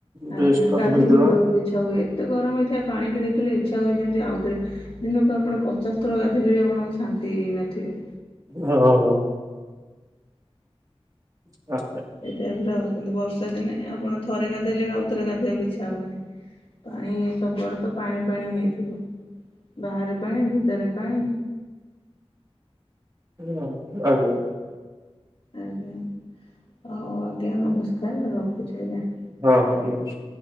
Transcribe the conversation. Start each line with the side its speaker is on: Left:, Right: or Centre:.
Left: ଆଜ୍ଞା
Right: ଡ୍ରେସ ଟା
Left: ଗାଧୋଇ
Right: ଧୋଇଦବା
Left: ପଡ଼ିବାକୁ ଇଚ୍ଛା ହୁଏ ଏତେ ଗରମ ହେଇଥାଏ ପାଣିି ଦେଖିଲେ ଇଛା ହୁଏ ଯେମିତି ଆଉଥରେ ଦିନକୁ ଆପଣ ପଚାଶ ଥର ଗାଧେଇଲେ ବି ଆପଣ ଶାନ୍ତି ହେଇନଥିବେ।
Right: ହଁ ହଁ। <unintelligible>
Left: ଏଇ ଟାଇପ ଆଉ କିନ୍ତୁ ବର୍ଷା ଦିନେ ଆପଣ ଥରେ ଗାଧେଇଲେ ବି ଆଉଥରେ ଗାଧେଇବା କୁ ଇଚ୍ଛା ହବନି। ପାଣି ସବୁଆଡ଼େ ତ ପାଣି ପାଣି ହେଇଥିବ ବାହାରେ ପାଣି ଭିତରେ ପାଣି।
Right: <unintelligible> ଆଜ୍ଞା।
Left: ଆଜ୍ଞା ଆ ହଉ ଆଜ୍ଞା ନମସ୍କାର ରଖୁଛି ଆଜ୍ଞା।
Right: ହଁ ହଁ ଇଏସ।